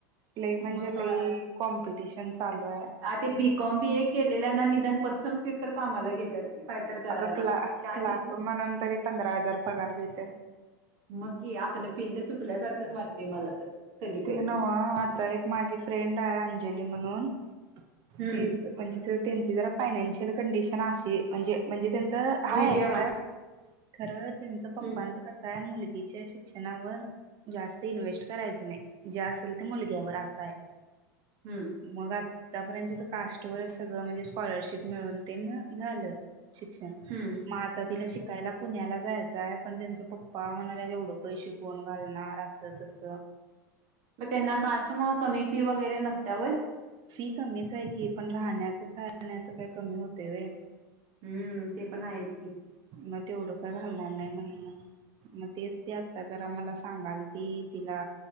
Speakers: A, on the right; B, on the right.
A: लई म्हणजे
B: मग काय
A: लई कॉम्पिटिशन चालू आहे
B: आ ते बीकॉम बी हे केलेल्याना निधन पतसंस्थेत तर कामाला घेतात काय तर करायला
A: अगं क्ला
B: त्या
A: क्लार्क
B: ते
A: म्हणून तरी पंधरा हजार पगार देत
B: मग आपलं पेले चुकल्यासारखंच वाटते मला तर कधी
A: ते
B: कधी.
A: नव आता एक माझी फ्रेंड आहे अंजली म्हणून
B: हम्म
A: तेच म्हणजे त्यां जरा फायनान्शियल कंडिशन म्हणजे म्हणजे त्यां तर हाय
B: मीडियम
A: आहे खर खर त्यांचं
B: आहे.
A: पप्पांच
B: हम्म
A: कस आहे मुलगीचेिक शिक्षणावर जास्त इन्व्हेस्ट करायच नाही जे असेल ते मुलग्यावर असा आहे
B: हम्म
A: मग आ आतापर्यंत तिचं कास्ट वगैरे सगळं म्हणजे स्कॉलरशिप मिळून ते झालं शिक्षण
B: हम्म
A: माता
B: हम्म
A: तिला शिकायला पुण्याला जायचंय पण त्यांच पप्पा म्हणाले तेवढं पै शिकून घालणार असं तस
B: मग त्यांना कास्ट मुळ कमी फी वगैरे नसत्या वय
A: फी कमीच आहे की पण राहण्या राहण्याचं काय कमी होते व
B: हम्म ते पण आहेची
A: मग तेवढं का घालणार नाही म्हणण मग तेच ते आता जरा मला सांगाल ती तिला